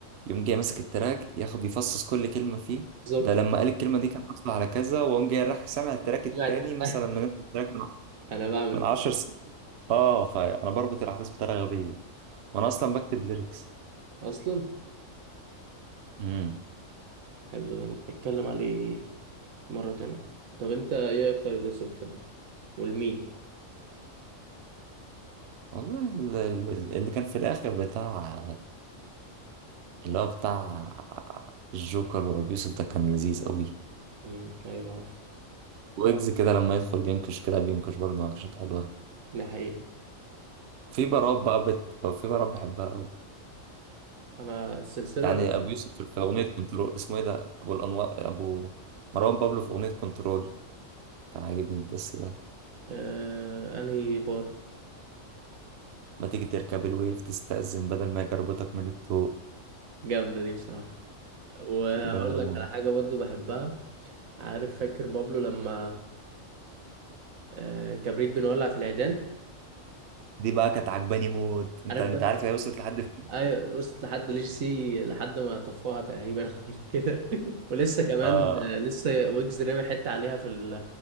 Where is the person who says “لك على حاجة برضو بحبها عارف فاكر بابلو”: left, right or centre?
Right